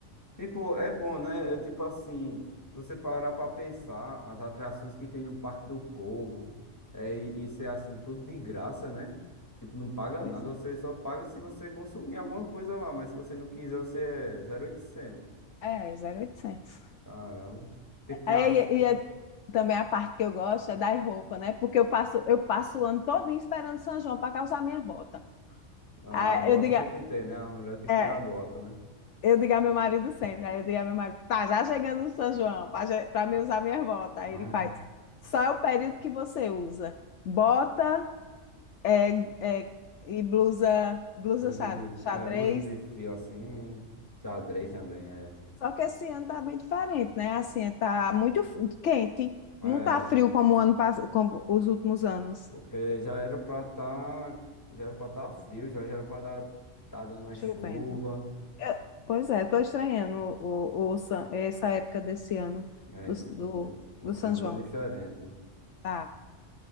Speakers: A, on the left; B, on the left.
A: Tipo, é bom, né? É tipo assim, se você parar pra pensar, as atrações que tem no Parque do Povo, é, e isso é assim, tudo de graça, né? Tipo, não paga
B: Pois
A: nada, você só paga se você consumir alguma coisa lá, mas se você não quiser, você é zero oitocentos.
B: é, é zero oitocentos
A: Caramba. Tipo, tem
B: É,
A: a,
B: e, e é- também a parte que eu gosto é dar roupa né? Porque eu passo, eu passo o ano todinho esperando São João para calçar minha bota.
A: a,
B: Aí
A: a bota
B: eu digo,
A: tem
B: a-
A: que ter, né? A mulher tem que
B: é,
A: ter a bota, né?
B: eu digo a meu marido sempre, aí eu digo a meu marido, tá já chegando o São João para me usar minha bota. Aí
A: É,
B: ele faz, só é o período que você usa. Bota é, é, e blusa, blusa
A: blusa
B: xa-
A: de,
B: xadrez.
A: é, blusa de frio assim, xadrez também, é.
B: Só que esse ano tá bem diferente, né? Assim, tá muito f- quente,
A: É,
B: não tá frio como o ano, pass- como os últimos anos.
A: Porque já era pra tá, já era pra tá frio, já, já era pra dar, tá dando uma
B: Chovendo.
A: chuva.
B: É, Pois é, estou estranhando o, o, o San- essa época desse ano
A: É,
B: do,
A: esse,
B: do,
A: o, o
B: do
A: clima
B: São João.
A: tá diferente.
B: Tá.